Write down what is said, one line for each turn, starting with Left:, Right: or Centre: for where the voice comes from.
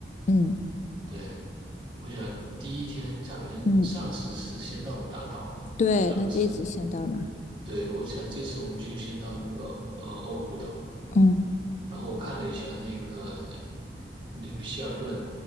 Left: 嗯
Right: 对，我想第一天咱们上次是先到了大岛嘛，
Left: 嗯，对，
Right: 咱们只
Left: 那这一次先到哪？
Right: 对我想这次我们就先到那个呃欧胡岛，
Left: 嗯
Right: 然后我看了一下那个那个希尔顿。